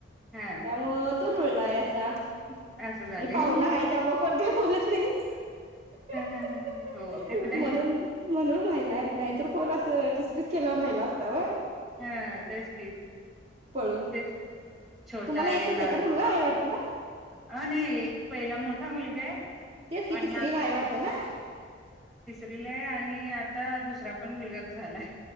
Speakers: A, in the centre; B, on the right (about 35°).
A: हा
B: त्यामुळं तो रुळलाय असा
A: असं झालंय
B: आणि पाहुणा
A: ह ह ह.....
B: आहे त्यामुळे कोण काही बोलत नाही हि ही....
A: ह
B: ही
A: हो
B: ही
A: ते
B: ही
A: पण आहे
B: म्हणून म्हणून राहिलाय नाही....... तर कोण असं ठिसफिस केलावर राहिला असता व्हय?
A: हा तेच की
B: पळून
A: तेच छोटा
B: तुम्हाला
A: आहे
B: एकच
A: लाड
B: का मुलगा
A: अ
B: आहे वाटतं ना
A: नाही एक पहिला मोठा मुलगा... <unintelligible>
B: तेच की
A: आणि
B: तिसरीला आहे वाटत ना?
A: दिलय आणि आता दुसरा पण विरोध झालाय....